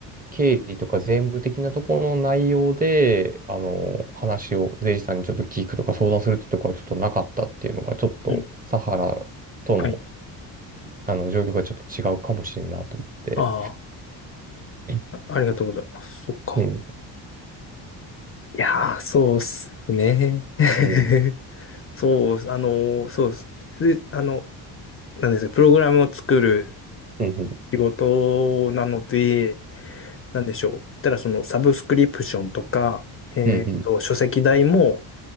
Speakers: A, on the right; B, on the left.
A: 経理とか税務的なところの内容で、あの、話を税理士さんにちょっと聞くとか相談するってとこはちょっとなかったっていうのが、ちょっと、
B: うん。
A: サハラとの、
B: はい。
A: あの、状況がちょっと違うかもしれんなと思って。
B: ああ、
A: うん。
B: ありがとうございます。そっか。
A: うん。
B: いやー、そうっすね。<laughs>
A: うん。
B: そう、あのー、そうっす。で、あの、なんですか、プログラムを作る
A: うん。
B: 仕事なので、なんでしょう。言ったら、その、サブスクリプションとか、えっと、
A: うん。うん。
B: 書籍代も、